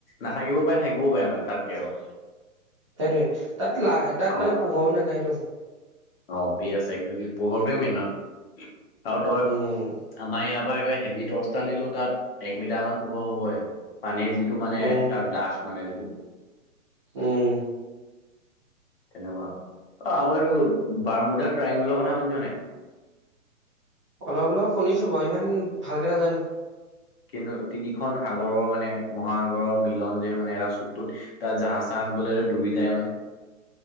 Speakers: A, on the left; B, on the right.
A: নাথাকিও পাৰে থাকিব পাৰে মানে। তাতকে
B: সেইটোৱে
A: আৰু
B: তাত লা তাত
A: গৰমত
B: মানে পোহৰও নাযায়টো।
A: অ আছে এক পোহৰটো মেইন হয় আৰু তই
B: উম
A: আমাৰ ইয়াত। তাৰব হেভি দহটা নিলেও তাত এক মিটাৰ মান পোহৰ হ'বই পানী যি যিটো মানে
B: উম
A: তাৰ দাস মানে যিটো
B: উম
A: তেনেকুৱা। অ আকৌ এইটো বাৰ্মুদা ট্ৰায়ংগলৰ কথা শুনিছা নাই।
B: অলপ অলপ শুনিছোঁ বৰ ইমান ভালকে নাজানো।
A: কিন্তু তিনিখন সাগৰৰ মানে মহাসাগৰৰ মিলন যে মানে এটা চুকটোত তাত জাহ- চাহ মাছ গলেৰে ডুবি যায় মানে।